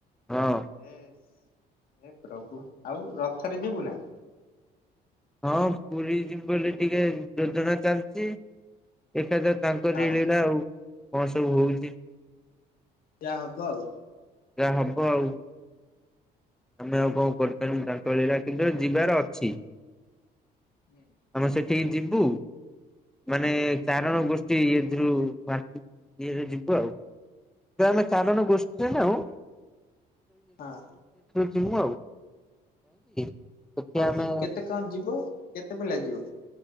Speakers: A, in the centre; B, on the left.
A: ହଁ।
B: ଏ ପ୍ରଭୁ ଆଉ ରଥରେ ଯିବୁ ନା।
A: ହଁ ପୁରୀ ଯିବି ବୋଲି ଟିକେ ଯୋଜନା ଚାଲିଛି। ଦେଖାଯାଉ ତାଙ୍କରି
B: ହଁ
A: ଲୀଳା ଆଉ କଣ ସବୁ ହଉଚି।
B: ଯାହା ହବ ଆଉ।
A: ଯାହା ହବ ଆଉ। ଆମେ ଆଉ କଣ କରିପାରିବୁ ତାଙ୍କରି ଲୀଳା କିନ୍ତୁ ଯିବାର ଅଛି।
B: ହୁଁ
A: ଆମେ ସେଠିକି ଯିବୁ ମାନେ ଚାରଣ ଗୋଷ୍ଠ ଇଥିରୁ ବା ଇଏରେ ଯିବୁ ଆଉ। ଆମେ ଚାରଣ ଗୋଷ୍ଠୀ ରେ ନାହୁଁ
B: ହଁ
A: ସେଇ <unintelligible>
B: ଆଉ
A: ଆମେ
B: କେତେ କଣ ଯିବ କେତେ ପିଲା ଯିବ?